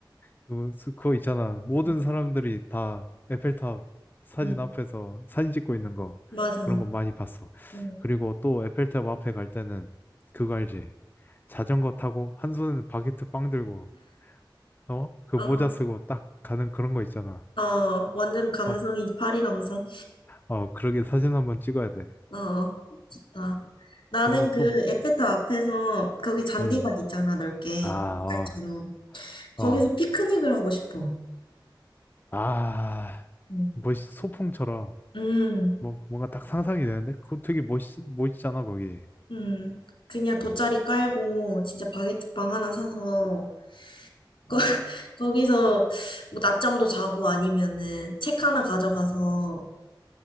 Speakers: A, on the left (about 25°); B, on the left (about 90°).
A: 그, 수- 그거 있잖아. 모든
B: 응,
A: 사람들이 다 에펠탑 사진
B: 응.
A: 앞에서 사진 찍고 있는 거.
B: 맞아.
A: 그런 거 많이 봤어.
B: 응.
A: 그리고 또 에펠탑 앞에 갈 때는 그거 알지? 자전거 타고 한 손에는 바게트 빵 들고, 어? 그
B: 어,
A: 모자 쓰고 딱 가는 그런 거 있잖아.
B: 어, 완전 감성이
A: 어,
B: 파리 감성.
A: 어, 그러게 사진 한번 찍어야 돼.
B: 어, 좋다. 나는
A: 그리고
B: 그
A: 또,
B: 에펠탑 앞에서 거기 잔디밭
A: 음,
B: 있잖아, 넓게.
A: 아,
B: 공장처럼.
A: 어,
B: 거기서
A: 어,
B: 피크닉을 하고 싶어.
A: 아,
B: 응.
A: 멋있, 소풍처럼,
B: 음,
A: 뭐, 뭔가 딱 상상이 되는데? 그거 되게 멋있, 멋있잖아, 거기.
B: 음. 그냥 돗자리 깔고 진짜 바게트빵 하나 사서 거, <laughs> 거기서 뭐 낮잠도 자고 아니면은 책 하나 가져가서